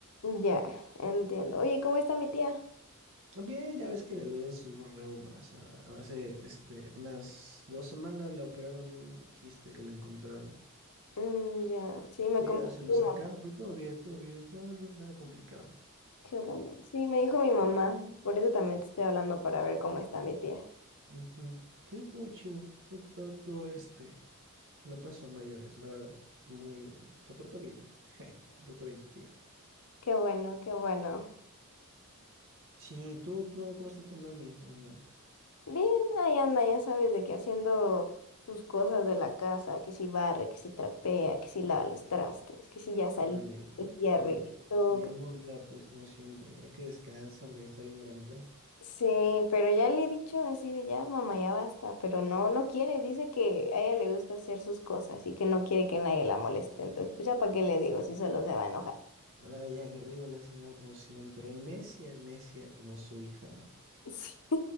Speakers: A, on the left; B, on the right.
A: Ya, entiendo. Oye, ¿cómo está mi tía?
B: Bien, ya ves que le duelen sus reumas. A- Hace este, unas dos semanas le operaron de un quiste que le encontraron.
A: Mm, ya, sí, me
B: Sí,
A: comentó
B: ya se lo
A: mi
B: sacaron,
A: mamá.
B: pero todo bien, todo bien. No, no, nada complicado.
A: Qué bueno. Sí, me dijo mi mamá. Por eso también te estoy hablando para ver cómo está mi tía.
B: Ujú. Sí, todo chido. Todo, todo- todo, este. No pasó a mayores, la verdad. Muy. Se portó bien. Se portó bien tu tía.
A: Qué bueno, qué bueno.
B: Sí, tú, tú, ¿cómo está tu mami? Hola.
A: Bien, ahí anda, ya sabes, de que haciendo sus cosas de la casa, que si barre, que si trapea, que si lava los trastes, que si ya salió,
B: Órale.
A: que si ya regresó.
B: Mm, Bien
A: que-
B: movida, pues, como siempre. Ya que descansa, hombre, ya está bien grande.
A: Sí, pero ya le he dicho así de ya, mamá, ya basta, pero no, no quiere, dice que a ella le gusta hacer sus cosas y que no quiere que nadie la moleste, entonces pues ya para qué le digo si solo se va a enojar. <laughs>
B: Ay, aguerrida la señora como siempre, necia, necia como su hija.
A: Sí,